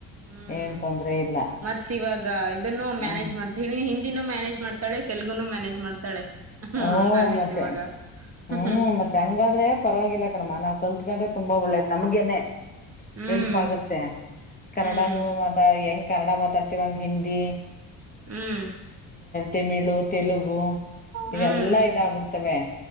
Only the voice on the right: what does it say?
ಹ್ಮ್
ಮತ್ ಇವಾಗ ಈಗ ಇದನ್ನು
ಮ್ಯಾನೇಜ್ ಮಾಡ್ತಾಳೆ ಹಿಂದಿನೂ ಮ್ಯಾನೇಜ್ ಮಾಡ್ತಾಳೆ ತೆಲುಗುನು ಮ್ಯಾನೇಜ್ ಮಾಡ್ತಾಳೆ ಹ
ಹಂಗಾಗೈತಿ
ಇವಾಗ
ಹ
ಹ್ಮ್
ಹ್ಮ್
ಹ್ಮ್
ಹ್ಮ್